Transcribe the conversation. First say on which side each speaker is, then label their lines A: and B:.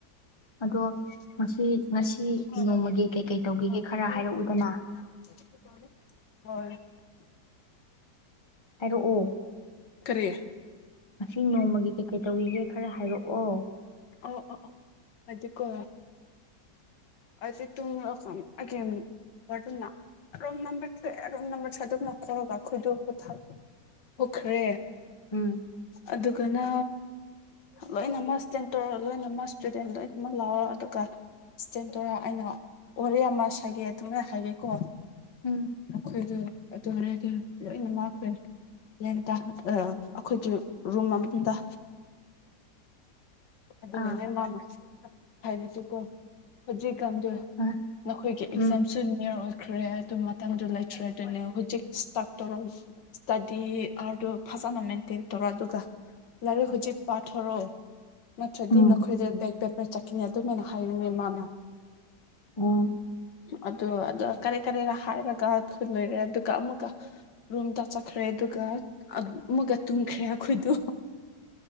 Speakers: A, on the left (about 15°); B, on the left (about 85°).
A: ꯑꯗꯣ
B: <unintelligible>
A: ꯉꯁꯤ ꯉꯁꯤ ꯅꯣꯡꯃꯒꯤ ꯀꯩꯀꯩ ꯇꯧꯒꯤꯒꯦ ꯈꯔ ꯍꯥꯏꯔꯛꯎꯗꯅ
B: ꯍꯣꯏ
A: ꯍꯥꯏꯔꯛꯑꯣ
B: ꯀꯔꯤꯌꯥꯦ
A: ꯑꯁꯤ ꯅꯣꯡꯃꯒꯤ ꯀꯩꯀꯩ ꯇꯧꯔꯤꯒꯦ ꯈꯔ ꯍꯥꯏꯔꯛꯑꯣ
B: ꯑꯣ ꯑꯣ ꯍꯥꯏꯗꯤꯀ ꯑꯗꯤ ꯇꯦ ꯑꯗꯨ ꯔꯣꯝ ꯅꯔꯣꯝ ꯅꯔ ꯊ ꯑꯗꯨꯝ ꯅꯈꯒꯈꯣꯏꯗ ꯀꯣꯊꯥ ꯑꯣꯈ꯭ꯔꯦ
A: ꯎꯝ
B: ꯑꯗꯨꯒꯅ ꯂꯣꯏꯅꯃꯛꯦꯟ ꯇꯧꯔ ꯂꯣꯏꯅꯃꯛ ꯏꯁꯇꯨꯗꯦꯟ ꯂꯣꯏꯅꯃꯛ ꯂꯥꯎꯔꯣ ꯑꯗꯨꯒ ꯆꯦꯟ ꯇꯣꯔꯥ ꯑꯩꯅ ꯋꯥꯔꯤꯦ ꯑꯃ ꯁꯥꯥꯏꯒꯦ ꯑꯗꯨꯃꯥꯏ ꯍꯥꯏꯒꯦꯀꯣ
A: ꯎꯝ
B: ꯑꯩꯈꯣꯏꯗꯣ ꯑꯗꯨꯔꯗꯤ ꯂꯣꯏꯅ ꯉꯥꯛꯄꯔ ꯑꯩꯈꯣꯏꯒꯤ ꯔꯨꯝ ꯑꯃꯗ ꯑꯗꯨꯅꯦ
A: ꯑꯥ
B: ꯃꯥ ꯍꯥꯏꯕꯤꯗꯤꯀꯣ ꯍꯧꯖꯤꯛ ꯝꯗ
A: ꯑꯥ
B: ꯅꯈꯣꯏꯒꯤ
A: ꯎꯝ
B: ꯑꯦꯛꯖꯥꯝꯁꯨ ꯅꯤꯌꯔ ꯑꯣꯏꯈ꯭ꯔꯦ ꯑꯗꯨ ꯃꯇꯝꯊꯗꯨ ꯂꯩꯇ꯭ꯔꯦ ꯑꯗꯨꯅꯦ ꯍꯧꯖꯤꯛ ꯗꯇꯔ ꯑꯣꯐ ꯏꯁꯇꯗꯤ ꯑꯥꯔꯗꯨ ꯐꯖꯅꯃꯤ ꯇꯤꯟ ꯇꯔꯥꯗꯨꯒ ꯂꯥꯏꯔꯤꯛ ꯍꯧꯖꯤꯛ ꯄꯥꯊꯣꯔꯛꯑꯣ ꯅꯠꯇ꯭ꯔꯗꯤ
A: ꯎꯝ
B: ꯅꯈꯣꯏꯗ ꯕꯦꯛ ꯄꯦꯄꯔ ꯆꯠꯈꯤꯅꯤ ꯑꯗꯨꯃꯥꯏꯅ ꯍꯥꯏꯔꯤꯨꯅꯦ ꯃꯥꯅ
A: ꯑꯣ
B: ꯑꯗ ꯑꯗ ꯀꯔꯤ ꯀꯔꯤꯔ ꯍꯥꯏꯔꯒ ꯈꯨ ꯂꯣꯏꯔꯦ ꯑꯗꯨꯒ ꯑꯃꯨꯛꯀ ꯔꯨꯝꯗ ꯆꯠꯈ꯭ꯔꯦ ꯑꯗꯨꯒ ꯑꯃꯨꯛꯀ ꯇꯨꯝꯈ꯭ꯔꯦ ꯑꯩꯈꯣꯏꯗꯣ